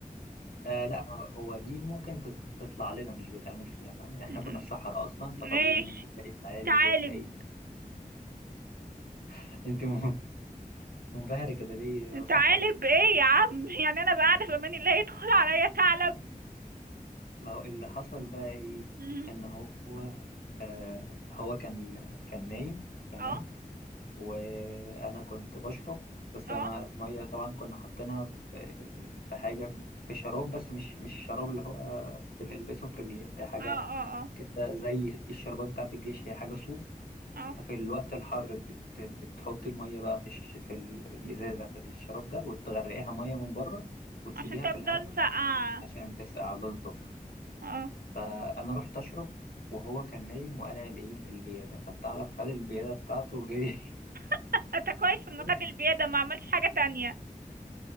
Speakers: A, on the left; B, on the right.
A: آه لا ما هو دي ممكن تز- تطلع لنا مش بيتعمل فينا فاهم احنا
B: م-
A: كنا في صحراء اصلا فطبيعي
B: ماشي
A: ان انت تلاقي ثعالب
B: تعالب
A: وتلاقي <laughs> انت م- منبهرة كده ليه يا صحراء
B: تعالب ايه يا عم <laughs> يعني انا بقى قاعدة في امان الله يدخل عليا ثعلب
A: ما هو اللي حصل بقى ايه
B: مهم.
A: ان هو آه هو كان كان نايم تمام
B: اه
A: وانا كنت بشرب بس
B: اه
A: انا الميه طبعا كنا حاطينها في في حاجه في شراب بس مش مش الشراب اللي هو بنلبسه في رجلين ده حاجه
B: اه اه اه
A: كده زي الشربات بتاعت الجيش هي حاجه صوف
B: اه
A: ففي الوقت الحر بت... بتحطي المية بقى في الش... في ال- الإزازة في الشراب ده وتغرقيها مية من بره وتسيبيها
B: عشان تفضل
A: في الهواء
B: ساقعة
A: عشان تسقع بالظبط
B: اه
A: فأنا رحت أشرب وهو كان نايم وقلع الإيه البيادة فالثعلب خد البيادة بتاعته وجري
B: <laughs> انت كويس انه
A: <laughs>
B: خد البيادة ما عملش حاجة تانية